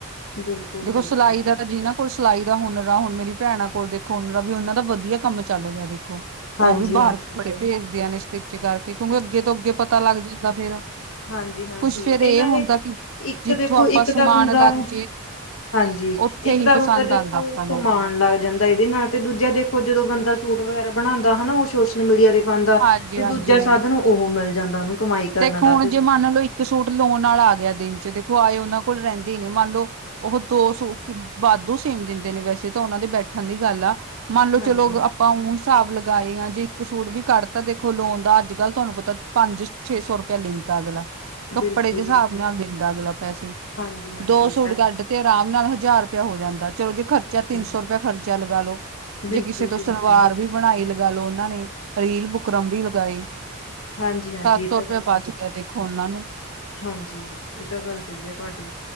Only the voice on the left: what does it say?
ਬਿਲਕੁਲ
ਬਿਲਕੁਲ
ਹਾਂਜੀ
ਹਾਂਜੀ
ਹਾਂਜੀ-ਹਾਂਜੀ
ਤੇ
ਨਾਲੇ
ਇੱਕ
ਦੇਖੋ
ਇੱਕ
ਤਾਂ ਬੰਦਾ
ਹਾਂਜੀ,
ਇੱਕ
ਤਾਂ
ਬੰਦਾ ਦੇਖੋ
ਕਮਾਣ ਲੱਗ ਜਾਂਦਾ ਇਹਦੇ ਨਾਲ ਤੇ ਦੂਜਾ ਦੇਖੋ ਜਦੋਂ ਬੰਦਾ ਸੂਟ ਵਗੈਰਾ ਬਣਾਦਾ ਹਨਾ, ਉਹ ਸੋਸ਼ਲ ਮੀਡੀਆ ਤੇ ਪਾਦਾ
ਤੇ ਦੂਜਾ ਸਾਧਨ ਉਹ ਮਿਲ ਜਾਂਦਾ ਉਹਨੂੰ। ਕਮਾਈ ਕਰਨ
ਦਾ
ਜਦੋਂ
ਹਾਂਜੀ
ਹਾਂ
ਬਿਲਕੁਲ
ਜੀ
ਹਾਂਜੀ ਹਾਂਜੀ
ਇਹ ਤਾਂ
ਹੈ
ਬਿਲਕੁਲ
ਬਿਲਕੁਲ
ਜੀ
ਬਿਲਕੁਲ
ਹਾਂਜੀ ਹਾਂਜੀ ਇਹ
ਤਾਂ ਗੱਲ
ਸਹੀ
ਹਾਂਜੀ, ਇਹ ਤਾਂ ਗੱਲ ਸਹੀ ਏ ਤੁਹਾਡੀ।